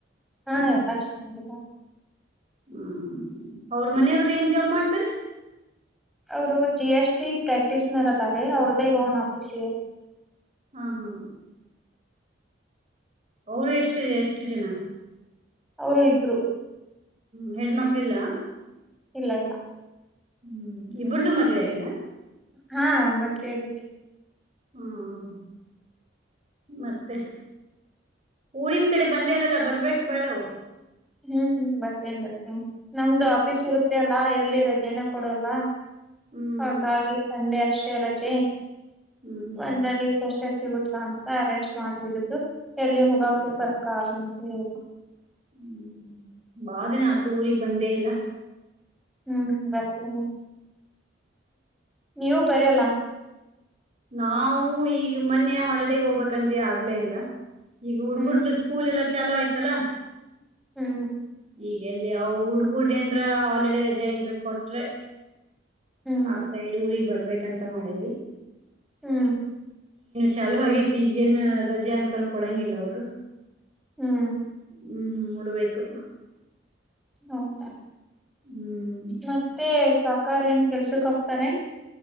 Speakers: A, in the centre; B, on the right.
A: ಹಾ ಎಲ್ಲಾ ಚೆನ್ನಾಗ
B: ಹ್ಮ್ ಅವ್ರ ಮನೆಯವ್ರ ಏನ್ ಜಾಬ್ ಮಾಡ್ತಾರ
A: ಅವರು ಜಿ ಎಸ್ಟಿ ಪ್ರಾಕ್ಟೀಸ್ನರ್ ಅದಾರೆ ಅವ್ರದೇ ಓನ್ ಆಫೀಸಗೆ
B: ಹಾ ಹಾ ಅವರು ಎಷ್ಟು ಎಷ್ಟು ಜನ
A: ಅವರು ಇಬ್ರು
B: ಹ್ಮ್ ಹೆಣ್ಮಕ್ಳಿಲ್ಲ.
A: ಇಲ್ಲ ಇಲ್ಲ.
B: ಹ್ಮ್ ಇಬ್ರ್ದ ಮದ್ವೆ ಆಗದ.
A: ಹಾ ಮದ್ವೆ ಆಗಿದೆ.
B: ಹಾ ಹ. ಮತ್ತೆ ಊರಿನ್ ಕಡೆ ಬಂದೇಇಲ್ಲ ಅಲ್ ಬರ್ಬೇಕ. ಬೇಡ.
A: ಹ್ಮ್ ಹ್ಮ್ ಬರ್ತೇನಿ ಬರ್ತೇನ್ ನಮ್ದು ಆಫೀಸ್ ಇರುತ್ತೆ ಅಲ್ಲಾ ಎಲ್ಲಿ ಸರಿಯನ ಕೊಡಲ್ಲ.
B: ಹ್ಮ್
A: ಹಾಗಆಗ ಸಂಡೆ ಅಷ್ಟ ರಜೆ
B: ಹ್ಮ್
A: ಒಂದ ದಿವ್ಸ ಅಷ್ಟೇ ಗೊತ್ತಾ ಅಂತ ಅರೆಷ್ಟ ಮಾಡ್ಬಿಡು. ಎಲ್ಲಿ ಹೋಗಕ್
B: ಹ್ಮ್
A: ಬರಕ ಆಗ ಹ್ಮ್.
B: ಹ್ಮ್ ಬಾದಿನ ಆತ ಊರೀಗ್ ಬಂದೇ ಇಲ್ಲ.
A: ಹ್ಮ್ ಬರ್ತೀನಿ ನೀವು ಬರಲ್ಲ.
B: ನಾವು ಈಗ ಮೊನ್ನೆ ಹಾಲಿಡಗ್ ಹೋಗ್ಬೇಕಂದ್ವಿ ಆಗ್ಲೇ ಇಲ್ಲ. ಈಗ ಹುಡ್ಗುರ್ದ
A: ಹ್ಮ್
B: ಸ್ಕೂಲ್ ಎಲ್ಲಾ ಚಾಲು ಆಯ್ತಲ್ಲಾ.
A: ಹ್ಮ್.
B: ಈಗ ಎಲ್ಲಿ ಅವ ಹುಡ್ಗುರ್ದ ಏನ್ರೀ ಹಾಲಿಡೇ ರಜಾ ಏನ್ರ ಕೊಟ್ರೆ
A: ಹ್ಮ್
B: ಹ ಸೈಡ್ ಊರಿಗ್ ಬರ್ಬೇ ಅಂತ ಮಾಡೇವಿ.
A: ಹ್ಮ್
B: ಚಾಲು ಆಗೈತಿ ಏನ್ ರಜೆ ಅನ್ಕರು ಕೊಡಂಗಿಲ್ಲ ಅವರು.
A: ಹ್ಮ್
B: ಹ್ಮ್ ನೋಡ್ಬೇಕು.
A: ಹೌದ.
B: ಹ್ಮ್
A: ಮತ್ತೆ ತಾ ಅಕ್ಕರ ಏನ್ ಕೆಲ್ಸಕ್ ಹೋಗ್ತಾರೆ.